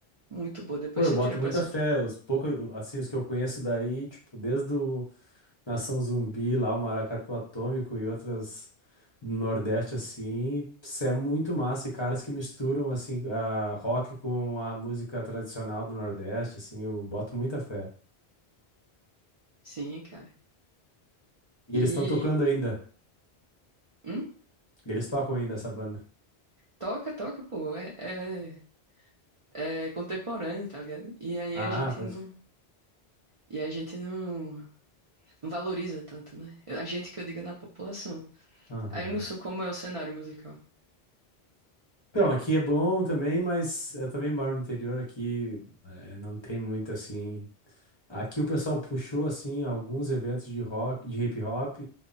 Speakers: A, on the right; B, on the left.
A: Muito boa. Depois
B: Pô, eu
A: você
B: boto
A: tira pra
B: muita
A: escutar.
B: fé. Os poucos, assim, os que eu conheço daí, tipo, desde o Nação Zumbi, lá o Maracatu Atômico e outras do Nordeste, assim, isso é muito massa. E caras que misturam, assim, a rock com a música tradicional do Nordeste, assim, eu boto muita fé.
A: Sim, cara.
B: E
A: E
B: eles estão tocando ainda.
A: hum,
B: Eles tocam ainda essa banda.
A: toca, toca, pô. É, é- é, contemporâneo, tá ligado? E aí
B: Ah,
A: a gente
B: pode.
A: não. E a gente não, não valoriza tanto, né? A gente que eu digo é na população.
B: Aham.
A: Aí eu não sei como é o cenário musical,
B: Então, aqui é bom também, mas eu também moro no interior, aqui eh, não tem muito assim. Aqui o pessoal puxou assim alguns eventos de rock, de hip hop.